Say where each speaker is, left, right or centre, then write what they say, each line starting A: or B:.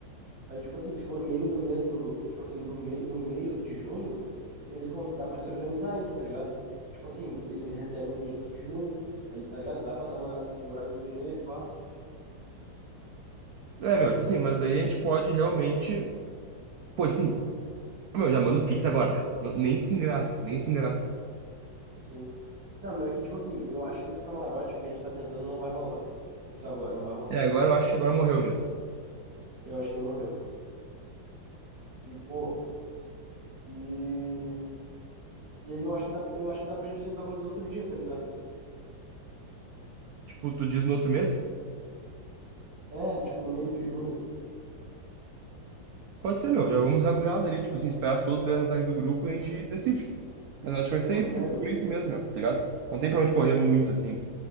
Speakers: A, on the right (about 65°); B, on the right (about 85°).
A: Aí, tipo assim, se for meio do mês do, tipo assim, do meio, no meio de junho, eles con- dá pra se organizar ainda, tá ligado? Tipo assim, eles recebem no início de junho, aí, tá ligado? Dá pra dar uma segurada no dinheiro e pá,
B: É, meu, tipo assim, mas daí a gente pode realmente. Pô, tipo assim, meu, já manda o Pix agora, viado. Não- Nem se engraça, nem se engraçem.
A: sim. Não, meu, é que, tipo assim, eu acho que esse camarote, o que a gente tá tentando, não vai rolar. Esse agora não vai rolar.
B: É, agora eu acho que agora morreu mesmo.
A: Eu acho que morreu. E, pô, e... E aí eu acho que dá, eu acho que dá pra gente tentar fazer outro dia, tá ligado?
B: Tipo, tu diz no outro mês?
A: É, tipo, no meio de junho.
B: Pode ser, meu. Já vamos dar uma olhada ali, tipo assim, esperar todos lerem a mensagem do grupo e a gente decide. Mas eu acho que vai ser
A: Pois
B: isso, por
A: é, meu.
B: isso mesmo, meu, tá ligado? Não tem pra onde correr muito, assim.